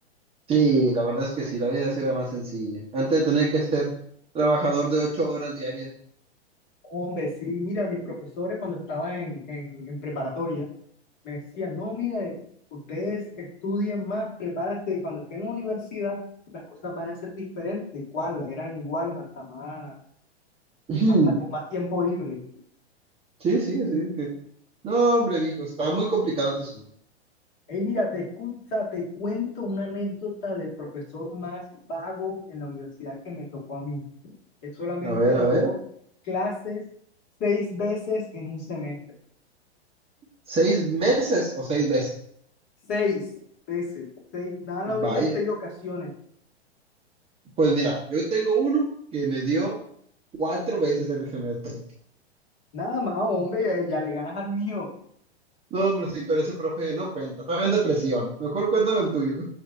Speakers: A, on the right (about 20°); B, on the left (about 35°).
A: Sí, la verdad es que sí, la vida sí era más sencilla. Antes de tener que ser trabajador de ocho horas diarias.
B: Hombre, sí, mira, mis profesores cuando estaba en, en, en preparatoria me decían, no, mira, ustedes estudien más, prepárense, cuando estén en la universidad las cosas van a ser diferentes. igual Eran iguales hasta más,
A: Ujú.
B: hasta con
A: <laughs>
B: más tiempo libre.
A: Sí, sí, así es que. No, hombre, mijo, está muy complicado este asunto.
B: Hey, mira, te escucha, te cuento una anécdota del profesor más vago en la universidad que me tocó a mí. Él solamente
A: A ver, a ver.
B: dio clases seis veces en un semestre.
A: ¿Seis meses o seis veces?
B: Seis veces, seis, nada
A: Vaya.
B: más en seis ocasiones.
A: Pues mira, yo tengo uno que me dio cuatro veces en el semestre.
B: Nada más, ah, hombre, ya, le ganas al mío.
A: No, hombre, sí, pero ese profe no cuenta. Estaba en depresión. Mejor cuéntame el tuyo.